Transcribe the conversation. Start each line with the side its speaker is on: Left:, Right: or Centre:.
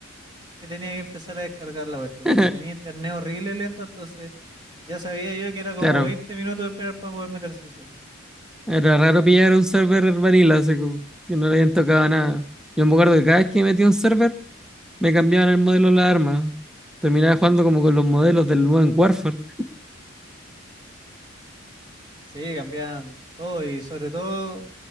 Right: que tenía que empezar a descargar la cuestión,
Centre: <laughs>
Right: porque tenía internet horrible lento, entonces ya sabía yo que era como
Centre: Claro,
Right: 20 minutos de esperar para poder meterse al server.
Centre: era raro pillar un server vanilla, así como que no le habían tocado nada. Yo me acuerdo que cada vez que metía un server, me cambiaban el modelo de la arma. Terminaba jugando como con los modelos del nuevo en Warfare. <laughs>
Right: Sí, cambiaban todo y sobre todo,